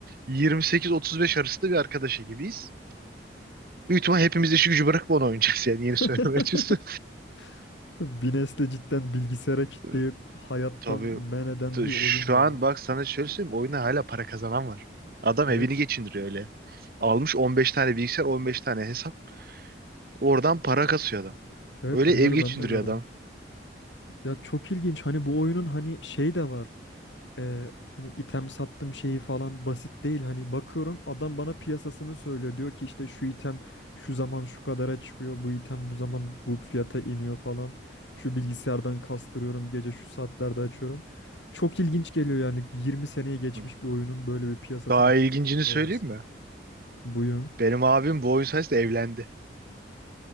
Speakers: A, on the right; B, on the left.
A: 28-35 arasında bir arkadaş gibiyiz. Büyük ihtimal hepimiz işi gücü bırakıp onu oynayacağız yani
B: <laughs>
A: yeni server açılsın.
B: bir nesli cidden bilgisayara kitleyip
A: <laughs>
B: hayattan
A: Tabii
B: men eden
A: t-
B: bir oyun
A: şu
B: ya.
A: an bak sana şöyle söyleyeyim oyuna hala para kazanan var. Adam
B: Evet.
A: evini geçindiriyor öyle. Almış 15 tane bilgisayar 15 tane hesap oradan para kasıyor adam.
B: Evet
A: Öyle
B: bunları
A: ev geçindiriyor
B: ben de gördüm.
A: adam.
B: Ya çok ilginç hani bu oyunun hani şey de var. e, hani item sattım şeyi falan basit değil. Hani bakıyorum adam bana piyasasını söylüyor. Diyor ki işte şu item şu zaman şu kadara çıkıyor. Bu item bu zaman bu fiyata iniyor falan. Şu bilgisayardan kastırıyorum gece şu saatlerde açıyorum. Çok ilginç geliyor yani 20 seneyi geçmiş
A: Hı.
B: bir oyunun böyle bir piyasasının
A: Daha ilgincini
B: canlı
A: söyleyeyim
B: olması.
A: mi?
B: Buyurun. <laughs>
A: Benim abim bu oyun sayesinde evlendi.